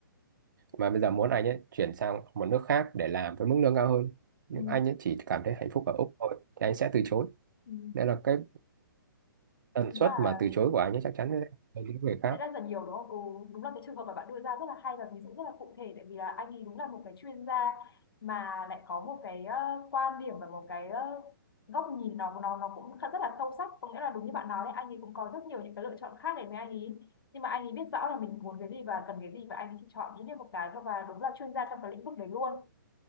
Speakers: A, on the right (about 60°); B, on the left (about 85°).
A: mà bây giờ muốn anh ấy chuyển sang một nước khác để làm với mức lương cao hơn nhưng
B: ừ,
A: anh ấy chỉ cảm thấy hạnh phúc ở Úc thôi thì anh sẽ từ chối
B: ừ.
A: nên là cái tần
B: Đúng
A: suất
B: là
A: mà từ chối của anh ấy chắc chắn sẽ hơn những người khác
B: sẽ rất là nhiều đúng không? Ừ, đúng là cái trường hợp mà bạn đưa ra rất là hay và ví dụ rất là cụ thể tại vì là anh ấy đúng là một cái chuyên gia mà lại có một cái ờ, quan điểm và một cái ờ, góc nhìn nó nó nó cũng khá- rất là sâu sắc có nghĩa là đúng như bạn nói đấy anh ấy cũng có rất nhiều những cái lựa chọn khác để với anh ấy nhưng mà anh ấy biết rõ là mình muốn cái gì và cần cái gì và anh ấy chỉ chọn duy nhất một cái thôi và đúng là chuyên gia trong cái lĩnh vực đấy luôn